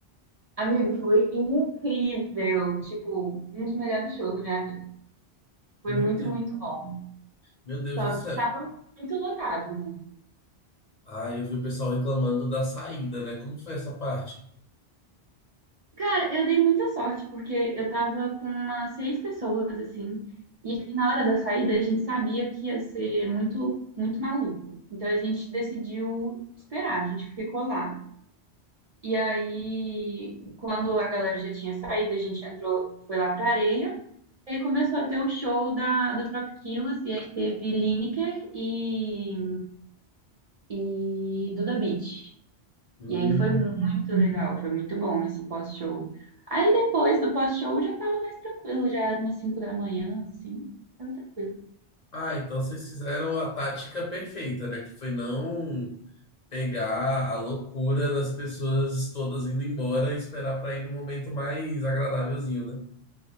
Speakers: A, on the right (about 45°); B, on the left (about 50°).
A: Amigo, foi incrível. Tipo, um dos melhores shows da minha vida. Foi
B: Meu
A: muito,
B: Deus,
A: muito bom.
B: meu Deus
A: Só
B: do céu.
A: que tava muito lotado, né?
B: Ah, eu vi o pessoal reclamando da saída, né? Como foi essa parte?
A: Cara, eu dei muita sorte, porque eu tava com umas seis pessoas, assim, e aí na hora da saída a gente sabia que ia ser muito, muito maluco. Então a gente decidiu esperar, a gente ficou lá. E aí, quando a galera já tinha saído, a gente entrou, foi lá pra areia, e aí começou a ter o show da, do Tropiquilos, e aí teve Lineker e, e Duda Beat.
B: Hum.
A: E aí foi muito legal, foi muito bom esse pós-show. Aí depois do pós-show já tava mais tranquilo, já era umas 5 da manhã, assim, tava tranquilo.
B: Ah, então vocês fizeram a tática perfeita, né? Que foi não pegar a loucura das pessoas todas indo embora e esperar pra ir num momento mais agradávelzinho, né?